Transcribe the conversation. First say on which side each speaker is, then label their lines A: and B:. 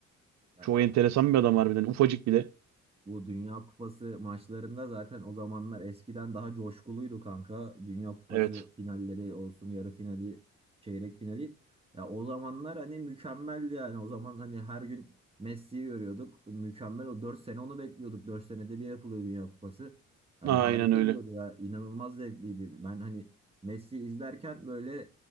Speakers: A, on the right; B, on the right.
A: Ya,
B: Çok enteresan bir adam harbiden ufacık bir de.
A: Bu Dünya Kupası maçlarında zaten o zamanlar eskiden daha coşkuluydu kanka. Dünya Kupası
B: Evet.
A: finalleri olsun, yarı finali, çeyrek finali. Ya o zamanlar hani mükemmeldi yani. O zaman hani her gün Messi'yi görüyorduk. Mükemmel o 4 sene onu bekliyorduk. dört senede bir yapılıyor Dünya Kupası. Hani
B: Aynen
A: harika
B: öyle.
A: oluyordu ya. İnanılmaz zevkliydi. Ben hani Messi izlerken böyle